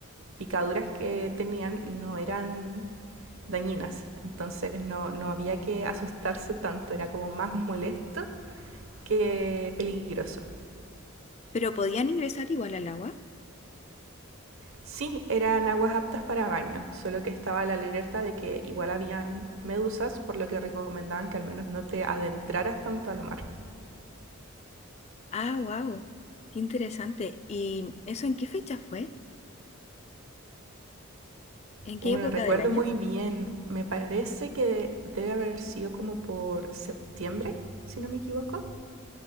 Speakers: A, on the right (about 70°); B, on the left (about 30°).
A: picaduras que tenían no eran dañinas. Entonces no, no había que asustarse tanto, era como más molesto que peligroso.
B: ¿Pero podían ingresar igual al agua?
A: Sí, eran aguas aptas para baño, solo que estaba la alerta de que igual habían medusas, por lo que recomendaban que al menos no te adentraras tanto al mar.
B: Ah, wow. Qué interesante. ¿Y eso en qué fecha fue? ¿En qué
A: Bueno,
B: época
A: recuerdo
B: del año?
A: muy bien, me parece que de- debe haber sido como por septiembre, si no me equivoco.